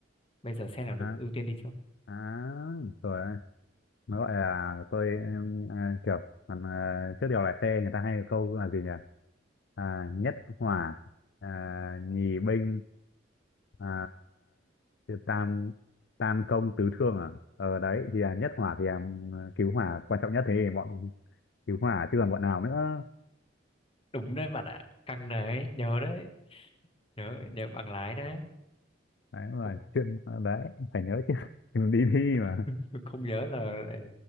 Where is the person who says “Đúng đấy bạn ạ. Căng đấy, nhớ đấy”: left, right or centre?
Left